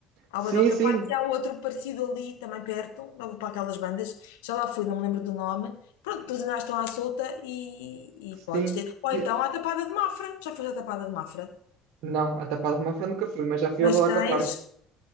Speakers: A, on the left (about 75°); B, on the right (about 60°).
A: Ao
B: Sim,
A: Badoca
B: sim,
A: Park e há outro parecido ali também perto, lá para aquelas bandas. Já lá fui, não me lembro do nome. Pronto, todos ainda estão à solta e,
B: sim.
A: e podes ter. Ou
B: E-
A: então à Tapada de Mafra. Já foste à Tapada de Mafra.
B: não, a Tapada de Mafra nunca fui, mas já fui
A: Mas
B: ao Balaca
A: tens.
B: Park.